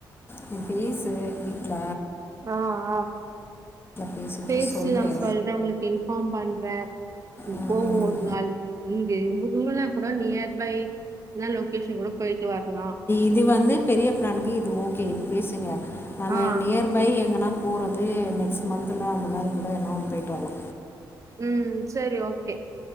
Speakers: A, on the left (about 25°); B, on the right (about 35°).
A: நீ பேசு வீட்ல
B: ஆ ஆ
A: பேசிட்டு
B: பேசிட்
A: சொல்லு
B: நா சொல்றே உங்குளுக்கு இன்ஃபாம் பண்றே
A: ம்,
B: போவு
A: ம்.
B: ஒரு நாள் இங்கு ரொம்ப தூரலா கூட நியர் பை இல்னா லொக்கேஷன் கூட போய்ட்டு வர்லா
A: இது வந்து பெரிய பிளான்க்கு இது ஓகே இது பேசுங்க நம்ம
B: ஆ
A: நியர் பை எங்கனா போறது நெக்ஸ்ட் மந்த்ல அந்த மாரி கூட எங்கனா போயிட்டு வர்லா
B: ம் செரி ஓகே